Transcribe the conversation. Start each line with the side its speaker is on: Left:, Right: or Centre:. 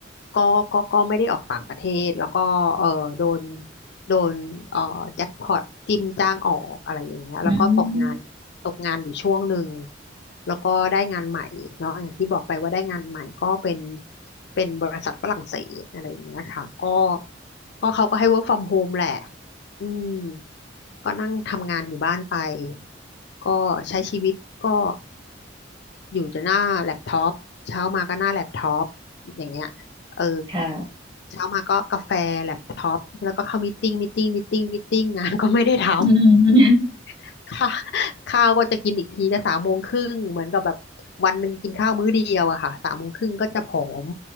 Left: ก็ก็ก็ไม่ได้ออกต่างประเทศแล้วก็เออโดนโดนเออแจ็คพอตจิ้มจ้างออกอะไรอย่างเงี้ยแล้วก็ตกงานตกงานอยู่ช่วงหนึ่ง
Right: อืม
Left: แล้วก็ได้งานใหม่เนาะอย่างที่บอกไปว่าได้งานใหม่ก็เป็นเป็นบริษัทฝรั่งเศสอะไรอย่างเงี้ยค่ะก็ก็เขาก็ให้ work from home แหละอืมก็นั่งทำงานอยู่บ้านไป ก็ใช้ชีวิตก็ อยู่แต่หน้าแล็ปท็อปเช้ามาก็หน้าแล็ปท็อปอย่างเงี้ยเออ
Right: ค่ะ
Left: เช้ามาก็กาแฟแล็ปท็อปแล้วก็เข้ามีตติ้งมีตติ้งมีตติ้งมีตติ้งงานก็ไม่ได้ท
Right: อืม
Left: ำ <laughs> ค่ะข้าวก็จะกินอีกทีจะสามโมงครึ่งเหมือนกับแบบวันหนึ่งกินข้าวมื้อเดียวอะค่ะสามโมงครึ่งก็จะผอม